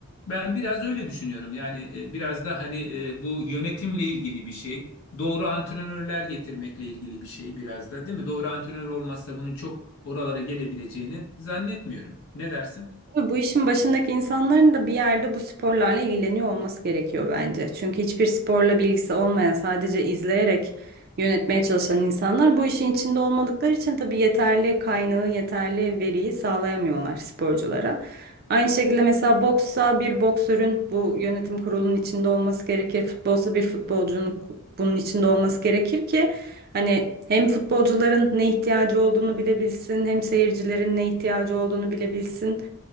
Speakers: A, on the left (about 70°); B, on the right (about 45°).
A: Ben biraz öyle düşünüyorum. Yani e, biraz da hani e, bu yönetimle ilgili bir şey. Doğru antrenörler getirmekle ilgili bir şey biraz da değil mi? Doğru antrenör olmazsa bunun çok oralara gelebileceğini zannetmiyorum. Ne dersin?
B: Tabii Bu işin başındaki insanların da bir yerde bu sporlarla ilgileniyor olması gerekiyor bence. Çünkü hiçbir sporla bilgisi olmayan, sadece izleyerek yönetmeye çalışan insanlar bu işin içinde olmadıkları için tabii yeterli kaynağı, yeterli veriyi sağlayamıyorlar sporculara. Aynı şekilde mesela boksa bir boksörün bu yönetim kurulunun içinde olması gerekir. Futbolsa bir futbolcunun ku- bunun içinde olması gerekir ki hani hem futbolcuların ne ihtiyacı olduğunu bilebilsin, hem seyircilerin ne ihtiyacı olduğunu bilebilsin.